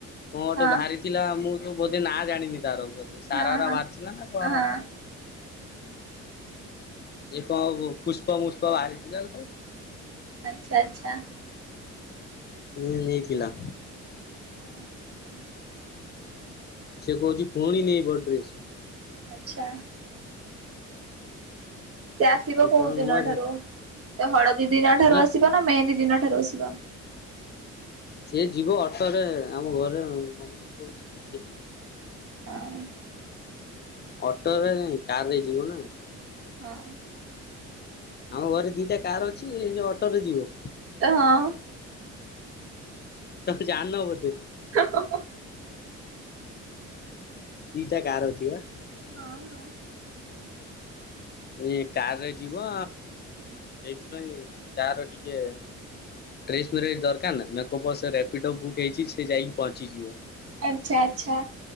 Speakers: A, on the left; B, on the right.
A: କଣ ଗୋଟେ
B: ହଁ
A: ବାହାରିଥିଲା, ମୁଁ ତ ବୋଧେ ନା ଜାଣିନି ତାର ବୋଧେ। ସାରାରା
B: ହଁ ହଁ ହଁ।
A: ବାହାରିଥିଲା ନା କଣ?
B: ହଁ
A: ଏ କଣ ପୁଷ୍ପ ମୁୁଷ୍ପ ବାହାରିଥିଲା <unintelligible>
B: ଆଚ୍ଛା ଆଚ୍ଛା।
A: ମୁ ନେଇ ଥିଲା।
B: ଆଚ୍ଛା
A: ସେ କହୁଛି ପୁଣି ନେଇ ବଡ୍ରେସ।
B: ଆଛା। ସେ ଆସିବ
A: ଏଥର
B: କୋଉ ଦିନ
A: ନୂଆ
B: ଠାରୁ ସେ ହଳଦୀ ଦିନ ଠାରୁ
A: ହୁଁ
B: ଆସିବ ନା ମେହେନ୍ଦୀ ଦିନ ଠାରୁ ଆସିବ?
A: ସି ଯିବ ଅଟୋରେ ଆମ ଘରେ ମମି ସବୁ ଯିବେ ସେ ଯିବ।
B: <unintelligible>
A: ଅଟୋରେ ନାଇଁ କାର ରେ ଯିବ ନା।
B: ହଁ।
A: ଆମ ଘରେ ଦିଟା କାର ଅଛି। ଅଟୋରେ ଯିବ?
B: ହଁ।
A: ତମେ ଯାଣିନ ବୋଧେ।
B: ହଁ।
A: ଦିଟା କାର ଅଛି ବା।
B: ହଁ ହଁ।
A: ଏଇ କାରରେ ଯିବ ସେଇଥିପାଇଁ ତାର ଟିକେ ଡ୍ରେସ ମ ଦରକାର ନା କ ରାପିଡ ବୁକ୍ ହେଇଛି ସେ ଯାଇକି ପହଞ୍ଚିଯିବ।
B: ଆଚ୍ଛା ଆଚ୍ଛା